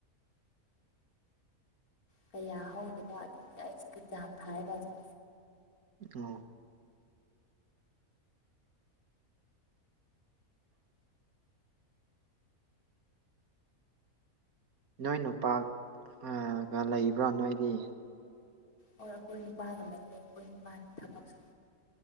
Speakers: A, on the left; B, on the right.
A: ꯀꯌꯥ ꯍꯧꯗꯕ ꯑꯗꯨꯒꯤ ꯑꯩꯁꯨꯛꯀꯤ ꯆꯥꯡ ꯊꯥꯏꯕ ꯍꯧꯖꯤꯛ
B: ꯑꯣ ꯅꯣꯏ ꯅꯨꯄꯥꯒ ꯂꯩꯕ꯭ꯔꯥ ꯅꯣꯏꯗꯤ
A: ꯍꯣꯏ ꯑꯩꯈꯣꯏ ꯅꯨꯄꯥꯒ ꯂꯩꯔꯦ ꯑꯩꯈꯣꯏ ꯅꯨꯄꯥꯒꯤ ꯊꯕꯛꯁꯨꯨ